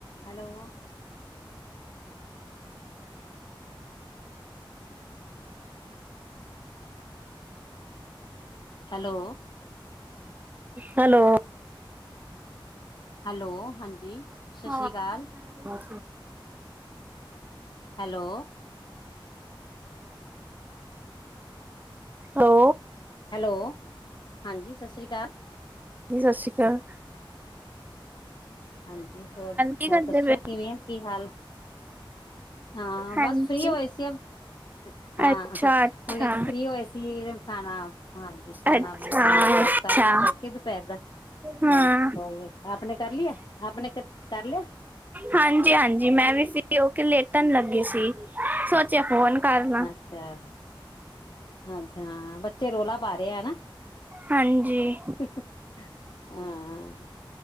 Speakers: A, on the left; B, on the right.
A: ਹੈਲੋ! ਹੈਲੋ!
B: ਹੈਲੋ!
A: ਹੈਲੋ ਹਾਂਜੀ! ਸਤਿ
B: ਹਾਂ
A: ਸ਼੍ਰੀ ਅਕਾਲ,
B: ਬ
A: ਹੈਲੋ!
B: ਹੋ
A: ਹੈਲੋ! ਹਾਂਜੀ ਸਸ ਸ੍ਰੀ ਕਾਲ!
B: ਜੀ ਸਸ ਸ਼੍ਰੀ ਕਾਲ।
A: ਹਾਂਜੀ! ਹੋਰ
B: ਕੀ
A: ਹੋਰ
B: ਕਰਦੇ
A: ਦੱਸੋ
B: ਪਏ?
A: ।ਕਿਵੇਂ ਆ? ਕੀ ਹਾਲ? ਹਾਂ,
B: ਹਾਂਜੀ,
A: ਬਸ ਫ੍ਰੀ ਹੋਏ ਸੀ ਹੁਨ। ਹਾਂ
B: ਅੱਛਾ-ਅੱਛਾ,
A: ਹੁਹ ਹੁਨੇ ਫਰੀ ਹੋਏ ਸੀਗੇ, ਖਾਨਾ ਹਾਂਜੀ ਖਾਨਾ
B: ਅੱਛਾ-ਅੱਛਾ।
A: ਬਨਨਾ ਮਤਲਬ <unintelligible> ਕਰਕੇ ਦੁਪਹਿਰ ਦਾ
B: ਹਾਂ,
A: ਲੰਚ, ਹੋਰ ਆਪਨੇ ਕਰ ਲਿਆ? ਆਪਨੇ ਕਰ ਲਿਆ
B: ਹਾਂਜੀ-ਹਾਂਜੀ, ਮੈਂ ਵੀ ਸੀ। ਕਿਓਂ ਕਿ ਲੇਟਨ ਲੱਗੀ ਸੀ, ਸੋਚਿਆ ਫੋਨ ਕਰ ਲਾਂ,
A: ਅੱਛਾ-ਅੱਛਾ, ਬੱਚੇ ਰੌਲਾ ਪਾ ਰਹੇ ਹੈਨਾ?
B: ਹਾਂਜੀ।
A: ਹੁ-ਹੁ ਹੋਰ।